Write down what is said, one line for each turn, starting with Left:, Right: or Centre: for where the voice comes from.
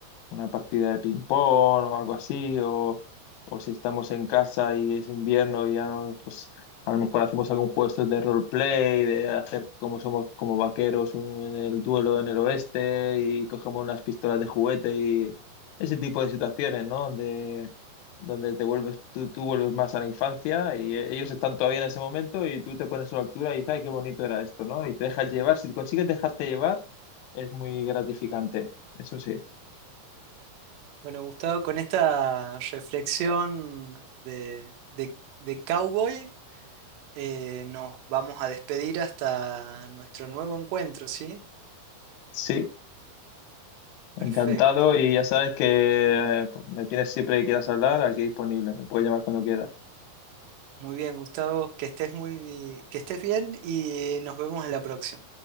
Left: una partida de ping-pong o algo así, o, o si estamos en casa y es invierno y ya no, pues a lo mejor hacemos algún juego de estos de roleplay, de hacer como somos como vaqueros un- en el duelo en el oeste y cogemos unas pistolas de juguete y ese tipo de situaciones, ¿no? Donde, donde te vuelves, tú, tú vuelves más a la infancia y eh, ellos están todavía en ese momento y tú te pones a su altura y dices, ay, qué bonito era esto, ¿no? Y te dejas llevar, si consigues dejarte llevar, es muy gratificante, eso sí.
Right: Bueno, Gustavo, con esta reflexión de, de, de cowboy eh, nos vamos a despedir hasta nuestro nuevo encuentro, ¿sí?
Left: Sí,
Right: Perfecto.
Left: Encantado y ya sabes que eh, pues, me tienes siempre que quieras hablar, aquí disponible, me puedes llamar cuando quieras.
Right: Muy bien, Gustavo, que estés muy, que estés bien y nos vemos en la próxima.